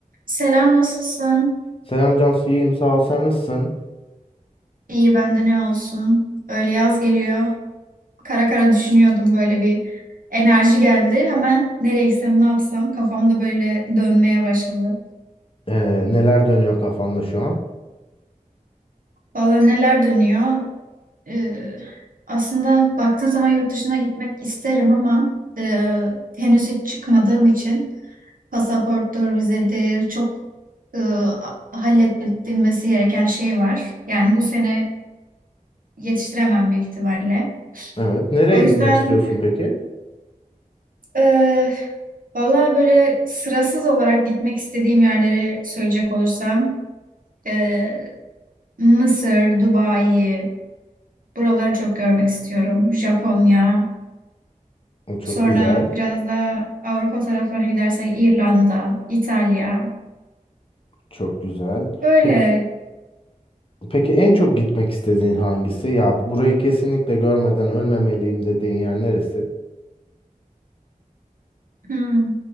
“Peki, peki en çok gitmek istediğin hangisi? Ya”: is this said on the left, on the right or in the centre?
Left